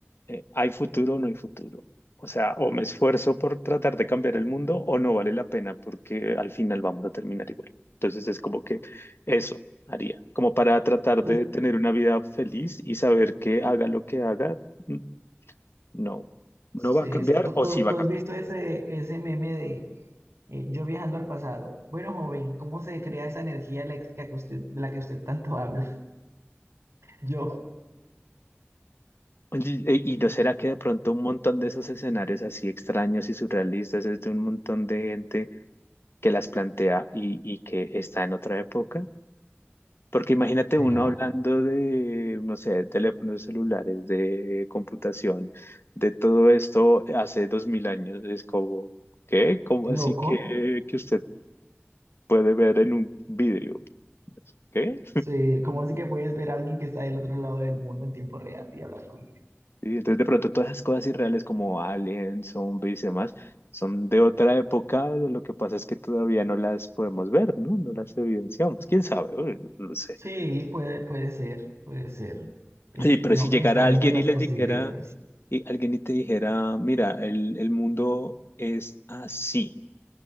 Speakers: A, on the left; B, on the right.
A: eh, ¿hay futuro o no hay futuro? O sea, o me esfuerzo por tratar de cambiar el mundo o no vale la pena porque al final vamos a terminar igual. Entonces es como que eso haría, como para tratar
B: Entonces,
A: de tener una vida feliz y saber que haga lo que haga, mm, no, no
B: sí,
A: va a cambiar
B: sí. ¿Tú,
A: o
B: tú-
A: sí va
B: tú
A: a cambiar.
B: has visto ese, ese meme Eh, yo viajando al pasado. Bueno, joven, ¿cómo se crea esa energía eléctrica que usted, de la que usted tanto habla? <laughs> Yo,
A: Oye, ¿Y y no será que de pronto un montón de esos escenarios así extraños y surrealistas es de un montón de gente que las plantea y, y que está en otra época? Porque imagínate
B: ¿será?
A: uno hablando de, no sé, de teléfonos celulares, de computación, de todo esto hace dos mil años. Es como, ¿qué? ¿Cómo
B: Loco.
A: así que, que usted puede ver en un vidrio? Pues, ¿Qué?
B: Sí, ¿cómo así que puedes ver a alguien que está del otro lado del mundo en tiempo real y hablar con él?
A: Y entonces de pronto todas esas cosas irreales como aliens, zombies y demás, son de otra época. Lo que pasa es que todavía no las podemos ver, ¿no? No las evidenciamos. ¿Quién sabe? Bueno, no no lo sé.
B: Sí, puede, puede ser, puede ser. Es,
A: Sí, pero
B: no,
A: si llegara
B: está dentro
A: alguien
B: de las
A: y les
B: posibilidades.
A: dijera, y alguien y te dijera, mira, el, el mundo es así